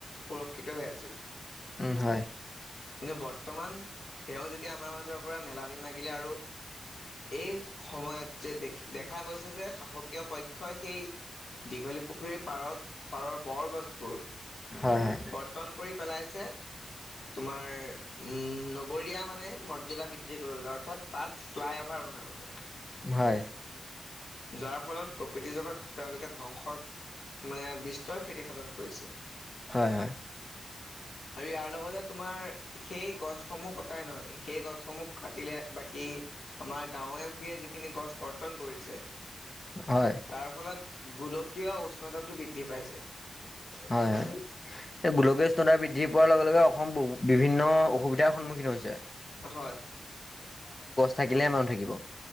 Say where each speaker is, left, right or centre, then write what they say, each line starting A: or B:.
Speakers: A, on the left; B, on the left.
A: সুৰক্ষিত হৈ আছিল।
B: উম, হয়।
A: কিন্তু বৰ্তমান তেওঁ যেতিয়া আমাৰ মাজৰ পৰা মেলানি মাগিলে আৰু, এই সময়ত যে দেখি দেখা গৈছে যে শাসকীয়পক্ষই সেই দীঘলী পুখুৰীৰ পাৰত পাৰৰ বৰ গছ বোৰ,
B: হয় হয়
A: কৰ্তন কৰি পেলাইছে। তোমাৰ উম, নগৰীয়া মানে মৰ্যদা বৃদ্ধি কৰিবলৈ, অৰ্থাৎ তাত ফ্লাইঅভাৰ বনাবলৈ।
B: হয়।
A: যাৰ ফলত প্ৰকৃতি জগত, তেওঁলোকে ধ্বংসৰ মানে বিস্তৰ ক্ষতি সাধন কৰিছে।
B: হয়, হয়।
A: আৰু ইয়াৰ লগতে তোমাৰ--সেই গছসমূহ কটাই নহয়, সেই গছসমূহ কাটিলে, বাকী আমাৰ গাঁৱে-ভূঞে যিখিনি গছ- কৰ্তন কৰিছে।
B: হয়
A: তাৰ ফলত গোলকীয় উষ্ণতাটো বৃদ্ধি পাইছে।
B: হয়, হয় গোলকীয় উষ্ণতা বৃদ্ধি পোৱাৰ লগে, লগে অসম বিভিন্ন অসুবিধাৰ সন্মুখীন হৈছে।
A: হয়।
B: থাকিলে মানুহ থাকিব।